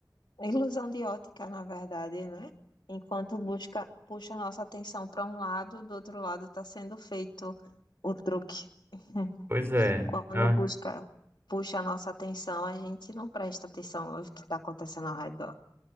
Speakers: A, on the left; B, on the right.
A: Ilusão de ótica, na verdade, né? Enquanto busca, puxa nossa atenção para um lado, do outro lado está sendo feito o truque. <laughs>
B: Pois é.
A: Quando
B: Ah,
A: busca, puxa a nossa atenção, a gente não presta atenção no que está acontecendo ao redor.